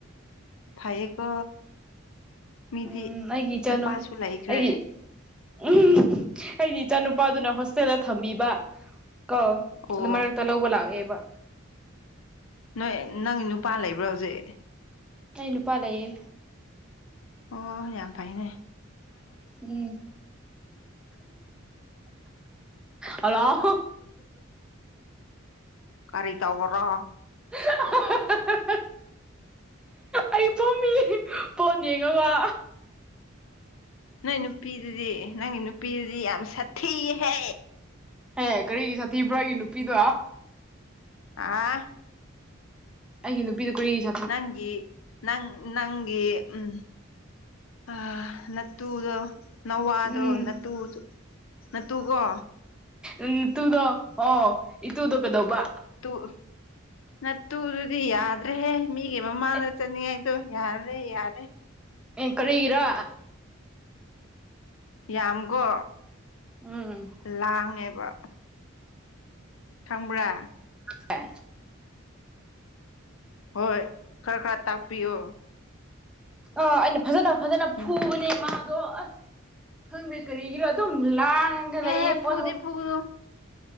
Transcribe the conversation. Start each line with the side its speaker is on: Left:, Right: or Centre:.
Left: ꯐꯩꯌꯦꯀꯣ ꯃꯤꯗꯤ
Centre: ꯎꯝ ꯑꯩꯒꯤ ꯏꯆꯥꯅꯨ
Left: ꯅꯨꯄꯥꯁꯨ ꯂꯩꯈ꯭ꯔꯦ
Centre: ꯑꯩꯒꯤ ꯎꯝ ꯑꯩꯒꯤ ꯏꯆꯥꯅꯨꯄꯥꯗꯨꯅ ꯍꯣꯁꯇꯦꯜꯗ ꯊꯝꯕꯤꯕ ꯀꯣ
Left: ꯑꯣ
Centre: ꯑꯗꯨ ꯃꯔ ꯇ ꯂꯧꯕ ꯂꯒꯦꯕ
Left: ꯅꯣꯏ ꯅꯪ ꯅꯨꯄꯥ ꯂꯩꯕ꯭ꯔꯣ ꯍꯧꯖꯤꯛ
Centre: ꯑꯩ ꯅꯨꯄꯥ ꯂꯩꯌꯦ
Left: ꯑꯣ ꯌꯥꯝ ꯐꯥꯏꯅꯦ
Centre: ꯎꯝ ꯑꯂ
Left: ꯀꯔꯤ ꯇꯧꯕ꯭ꯔꯣ
Centre: ꯑꯣ ꯑꯩ ꯄꯣꯝꯃꯤ ꯄꯣꯟꯠ ꯌꯦꯡꯉꯒ
Left: ꯅꯣꯏ ꯅꯨꯄꯤꯗꯨꯗꯤ ꯅꯪꯒꯤ ꯅꯨꯄꯤꯗꯨꯗꯤ ꯌꯥꯝ ꯁꯥꯊꯤꯍꯦ
Centre: ꯑꯦ ꯀꯔꯤꯒꯤ ꯁꯥꯊꯤꯕ꯭ꯔꯥꯒꯤ ꯅꯨꯄꯤꯗꯣ
Left: ꯑ
Centre: ꯑꯩꯒꯤ ꯅꯨꯄꯤꯗꯨꯣ ꯀꯨꯔꯤꯒꯤ
Left: ꯅꯪꯒꯤ ꯅꯪ ꯅꯪꯒꯤ ꯎꯝ ꯑ ꯅꯠꯇꯨꯗꯣ ꯅꯋꯥꯗꯣ
Centre: ꯎꯝ
Left: ꯅꯠꯇꯨ ꯅꯥꯠꯇꯨꯀꯣ
Centre: ꯎ ꯇꯨꯗꯣ ꯑꯣ ꯏꯇꯨꯗꯣ ꯀꯩꯗꯧꯕ
Left: ꯨ ꯅꯠꯇꯨꯗꯨꯗꯤ ꯌꯥꯗ꯭ꯔꯦꯍꯦ ꯃꯤꯒꯤ ꯃꯃꯥꯡꯗ
Centre: ꯑꯦ
Left: ꯆꯅꯤ ꯍꯥꯏꯥꯏꯣ ꯌꯥꯔꯦ ꯌꯥꯔꯦ
Centre: ꯑꯦ ꯀꯔꯤꯒꯤꯔ
Left: ꯌꯥꯝꯀꯣ
Centre: ꯎꯝ
Left: ꯂꯥꯡꯉꯦꯕ ꯈꯪꯕ꯭ꯔꯥ
Centre: ꯄ
Left: ꯍꯣꯏ ꯈꯔ ꯈꯔ ꯇꯥꯛꯄꯤꯌꯣ
Centre: ꯑꯥ ꯑꯩꯅ ꯐꯖꯅ ꯐꯖꯅ
Left: ꯎꯝ
Centre: ꯐꯨꯕꯅꯦ ꯃꯥꯗꯣ ꯑꯁ ꯈꯪꯗꯦ ꯀꯔꯤꯒꯤꯔꯣ ꯑꯗꯨꯝ ꯂꯥꯡꯉꯒ
Left: ꯍꯦ
Centre: ꯂꯩꯌꯦ
Left: ꯍꯦ
Centre: ꯐꯣꯟ
Left: ꯐꯨꯗꯤ ꯐꯨꯒꯅꯨ